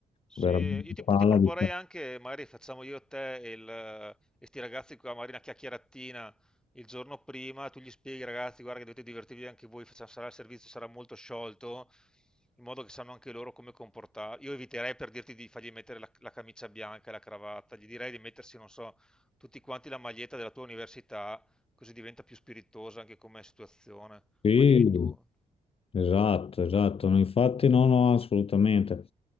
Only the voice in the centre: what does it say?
Sì,
io ti,
ti proporrei
anche, magari facciamo io e te e il, eh, e sti ragazzi qua, magari una chiacchieratina il giorno prima, tu gli spieghi ragazzi, guarda che dovete divertirvi anche voi, facciamo- sarà il servizio sarà molto sciolto, in modo che sanno anche loro come comportarsi. Io eviterei per dirti di fargli mettere la, la camicia bianca e la cravatta, gli direi di mettersi, non so, tutti quanti la maglietta della tua università, così diventa più spiritosa anche come situazione.
Poi dimmi tu.